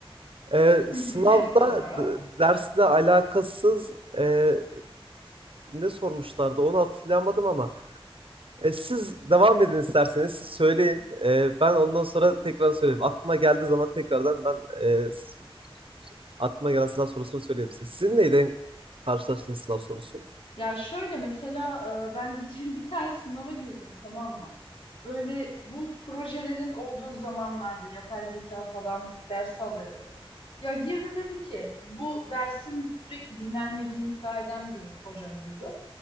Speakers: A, on the right; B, on the left.
A: Eee,
B: Hı
A: sınavda
B: hı, evet doğru.
A: d- dersle alakasız eee, ne sormuşlardı onu hatırlayamadım ama e, siz devam edin isterseniz siz söyleyin. Eee, ben ondan sonra tekrar söyleyeyim. Aklıma geldiği zaman tekrardan ben eee, s- aklıma gelen sınav sorusunu söyleyeyim size. Sizin neyden en karşılaştığınız sınav sorusu?
B: Ya şöyle mesela e, ben geçen <laughs> bir tane sınava girdim tamam mı? Böyle bu projelerin olduğu zamanlarda yapay zeka falan ders alıyordum. Ya girdi dedi ki bu dersin sürekli dinlenmediğini iddia eden bir hocamızdı.